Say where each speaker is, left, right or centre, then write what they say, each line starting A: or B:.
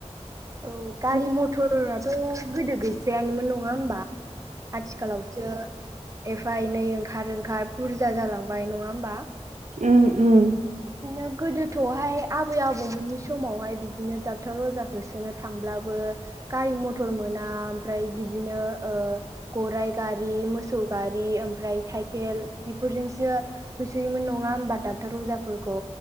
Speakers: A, on the right; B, on the right.
A: औ गारि
B: उम
A: मथराथ गोदो गैस्रायानोमोन नङा होमबा। आथिखालावसो। एफा एनै ओंखार ओंखार बुरजा जालांबाय नङा होमबा।
B: उम उम।
A: बिदिनो गोदोथहाय आबै आबौमोननि समावहाय बिदिनो डाक्टर अजा। होसोनो थांब्लाबो गारि मथर मोना ओमफ्राय बिदिनो ओ गराय गारि मोसौ गारि ओफ्राय साइकेल बेजोंसो होसोयोमोन नङा होमबा। डाक्टर अजाफोरखौ